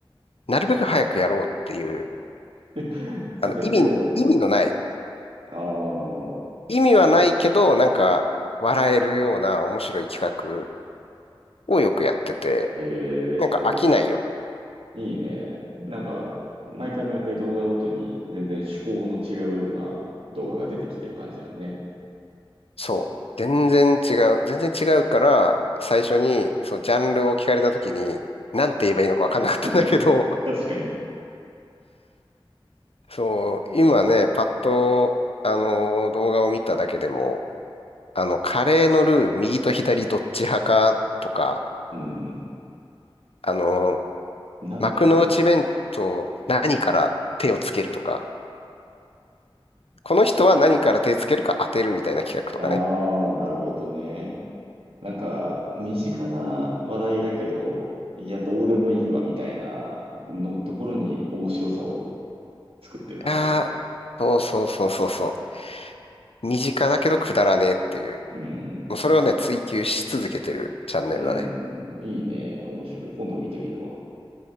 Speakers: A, on the left; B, on the right.
A: なるべく早くやろうっていう、
B: <laughs> すべてを、
A: あの意味、意味のない、
B: ああ、
A: 意味はないけど、なんか笑えるような面白い企画をよくやってて、
B: え
A: なんか飽きないよ。
B: ーいいね。なんんか、毎回毎回動画ごとに全然趣向の違うような動画が出てきてる感じだね。
A: そう。全然違う。全然違うから、最初にそのジャンルを聞かれた時に、なんて言えばいいのかわかんなかったんだけど、
B: <laughs> 確かに。
A: <laughs> そう、今ね、パッと、あの動画を見ただけでも、あの、カレーのルー、右と左どっち派かとか、
B: うん
A: あの、
B: うん。なんだよ、
A: 幕の内弁当、
B: これ。
A: 何から手をつけるとか、この人は何から手つけるか当てるみたいな企画とかね。
B: ああー、なるほどね。なんか、身近な話題だけど、いや、どうでもいいわ、みたいなのところに面白さを作ってる感じだね。
A: ああ、そうそうそうそうそう。身近だけどくだらねえっていう。
B: うん。
A: もうそれをね、追求し続けてるチャンネルだね。
B: うん、いいね。面白い。今度見てみるわ。